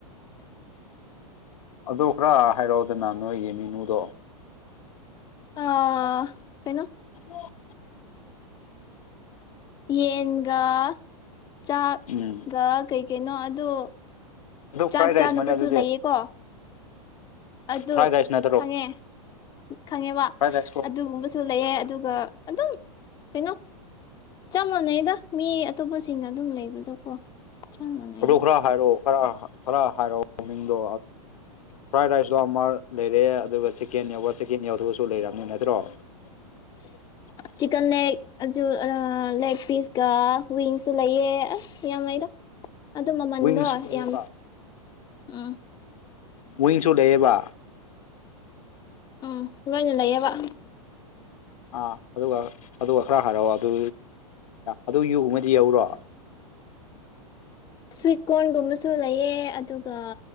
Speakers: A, on the left (about 75°); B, on the left (about 20°).
A: ꯑꯗꯣ ꯈꯔ ꯍꯥꯏꯔꯛꯑꯣꯗꯅ ꯅꯣꯏꯒꯤ ꯃꯤꯅꯨꯗꯣ
B: ꯑꯥ ꯀꯩꯅꯣ
A: ꯍ <unintelligible>
B: ꯌꯦꯟꯒ ꯆꯥꯛ
A: ꯎꯝ
B: ꯑꯗꯨꯒ ꯀꯩ ꯀꯩꯅꯣ ꯑꯗꯨ
A: ꯑꯗꯨ
B: ꯆꯥꯛ
A: ꯐ꯭ꯔꯥꯏ ꯔꯥꯏꯁ
B: ꯆꯥꯅꯕꯁꯨ
A: ꯃꯥꯜꯂꯦ ꯑꯗꯨꯗꯤ
B: ꯂꯩꯌꯦꯀꯣ ꯑꯗꯨ
A: ꯐ꯭ꯔꯥꯏ ꯔꯥꯏꯁ ꯅꯠꯇ꯭ꯔꯣ
B: ꯈꯪꯉꯦ ꯈꯪꯉꯦꯕ
A: ꯐ꯭ꯔꯥꯏ ꯔꯥꯏꯁ ꯀꯣ
B: ꯑꯗꯨꯒꯨꯝꯕꯁꯨ ꯂꯩꯌꯦ ꯑꯗꯨꯒ ꯑꯗꯨꯝ ꯀꯩꯅꯣ ꯆꯞ ꯃꯥꯟꯅꯩꯗ ꯃꯤ ꯑꯇꯣꯞꯄꯁꯤꯡꯅ ꯑꯗꯨꯝ ꯂꯩꯕꯗꯣꯀꯣ ꯆꯞ ꯃꯥꯟꯅꯩꯌꯦ
A: ꯑꯗꯣ ꯈꯔ ꯍꯥꯏꯔꯛꯑꯣ ꯈꯔ ꯈꯔ ꯍꯥꯏꯔꯛꯑꯣ ꯃꯃꯤꯡꯗꯣ ꯐ꯭ꯔꯥꯏꯗ ꯔꯥꯏꯁꯇꯣ ꯑꯃ ꯂꯩꯔꯦ ꯑꯗꯨꯒ ꯆꯤꯛꯀꯦꯟ ꯌꯧꯕ ꯆꯤꯛꯀꯦꯟ ꯌꯧꯗꯕꯁꯨ ꯂꯩꯔꯝꯅꯤ ꯅꯠꯇ꯭ꯔꯣ ꯍ <inaudible>
B: ꯆꯤꯡꯒꯥꯟꯅꯦ ꯑꯗꯨ ꯂꯦꯒ ꯄꯤꯁꯀ ꯋꯤꯡꯁꯨ ꯂꯩꯑꯦ ꯑꯥ ꯌꯥꯝ ꯂꯩꯗ ꯑꯗꯨ ꯃꯃꯟꯗꯣ
A: ꯋꯤꯡꯁꯨ ꯂꯩꯌꯦꯕ
B: ꯌꯥꯝ ꯎꯝ
A: ꯋꯤꯡꯁꯨ ꯂꯩꯌꯦꯕ
B: ꯎꯝ ꯂꯣꯏꯅ ꯂꯩꯌꯦꯕ
A: ꯑꯥ ꯑꯗꯨꯒ ꯑꯗꯨꯒ ꯈꯔ ꯍꯥꯏꯔꯛꯑꯣ ꯑꯗꯨ ꯑꯗꯨ ꯌꯨꯒꯨꯝꯕꯗꯤ ꯌꯧꯕ꯭ꯔꯣ
B: ꯁ꯭ꯋꯤꯠ ꯀꯣꯔꯟꯒꯨꯝꯕꯁꯨ ꯂꯩꯑꯦ ꯑꯗꯨꯒ